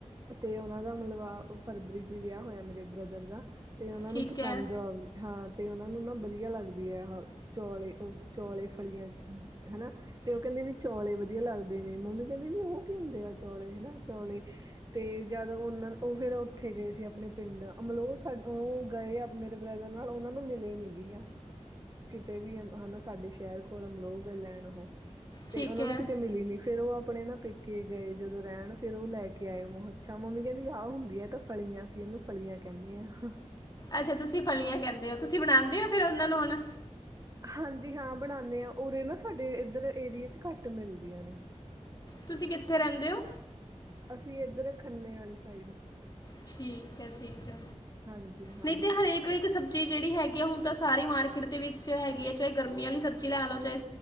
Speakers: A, on the right; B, on the left.
A: ਤੇ ਉਹਨਾਂ ਦਾ ਮਤਲਬ ਆ ਫਰਵਰੀ ਚ ਵਿਆਹ ਹੋਇਆ ਮੇਰੇ ਬ੍ਰਦਰ ਦਾ ਤੇ ਉਹਨਾਂ
B: ਠੀਕ
A: ਨੂੰ ਪਸੰਦ
B: ਹੈ
A: ਹਾਂ ਤੇ ਉਹਨਾਂ ਨੂੰ ਨਾ ਵਧੀਆ ਲੱਗਦੀ ਐ ਚੌਲੇ ਉਹ ਚੌਲੇ ਫਲੀਆਂ ਹਨਾ ਤੇ ਉਹ ਕਹਿੰਦੇ ਵੀ ਚੌਲੇ ਵਧੀਆ ਲੱਗਦੇ ਨੇ ਮੰਮੀ ਕਹਿੰਦੇ ਵੀ ਉਹ ਕੀ ਹੁੰਦੇ ਆ ਚੌਲੇ ਹਨਾ ਚੌਲੇ ਤੇ ਜਦ ਉਹਨਾਂ ਉਹ ਫੇਰ ਉੱਥੇ ਗਏ ਸੀ ਆਪਣੇ ਪਿੰਡ ਮਤਲਬ ਉਹ ਉਹ ਗਏ ਆ ਮੇਰੇ ਬ੍ਰਦਰ ਨਾਲ ਉਹਨਾਂ ਨੂੰ ਮਿਲੇ ਨੀ ਗ ਆ ਕਿਤੇ ਵੀ ਹਨਾ ਸਾਡੇ ਸ਼ਹਿਰ ਕੋਲ ਅਮਲਗ ਲੈਣ ਉਹ ਤੇ
B: ਠੀਕ
A: ਉਹਨਾਂ
B: ਹੈ
A: ਨੂੰ ਕਿਤੇ ਮਿਲੀ ਨੀ ਫੇਰ ਉਹ ਆਪਣੇ ਨਾ ਪੇਕੇ ਗਏ ਜਦੋਂ ਰਹਿਣ ਫੇਰ ਉਹ ਲੈ ਕੇ ਆਏ ਅੱਛਾ ਮੰਮੀ ਕਹਿੰਦੀ ਆਹ ਹੁੰਦੀ ਏ ਤਾਂ ਫਲੀਆਂ ਸੀ ਇਹਨੂੰ ਫਲੀਆਂ ਕਹਿੰਦੇ ਆ
B: ਅੱਛਾ ਤੂਸੀ ਫਲੀਆਂ ਕੈਂਦੇ ਓ, ਤੂਸੀ ਬਨਾਂਦੇ ਓ ਫੇਰ ਓਨਾਂ ਨੂੰ ਹੁਨ
A: ਹਾਂਜੀ ਹਾਂ ਬਣਾਨੇ ਆਂ, ਉਰੇ ਨਾ ਸਾਡੇ ਇੱਦਰ ਏਰੀਏ ਚ ਘਾੱਟ ਮਿਲਦੀਆਂ ਨੇ।
B: ਤੂਸੀ ਕਿੱਥੇ ਰੈਂਦੇ ਓ?
A: ਅਸੀ ਏਦੱਰ ਖੰਨੇ ਆਲੀ ਸਾਈਡ।
B: ਠੀਕ ਐ, ਠੀਕ ਐ,
A: ਹਾਂਜੀ ਹਾਂ
B: ਨਈ ਤੇ ਹਰੇਕ ਇੱਕ ਸਬ ਸਬਜੀ ਜੇੜੀ ਹੈਗੀ ਆ, ਹੁਨ ਤਾਂ ਸਾਰੀ ਮਾਰਕੀਟ ਦੇ ਵਿੱਚ ਹੈਗੀ ਐ, ਚਾਏ ਗਰਮੀ ਆਲੀ ਸਬਜੀ ਲਾ ਲੋ, ਚਾਏ